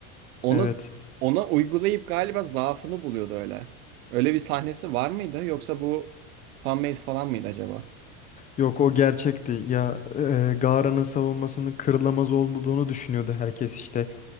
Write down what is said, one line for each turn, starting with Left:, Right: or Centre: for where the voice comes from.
Right: Onu
Left: Evet.
Right: ona uygulayıp galiba zaafını buluyordu öyle. Öyle bir sahnesi var mıydı yoksa bu fan-made falan mıydı acaba?
Left: Yok o gerçekti. Ya e, Gara'nın savunmasının kırılamaz olduğunu düşünüyordu herkes işte.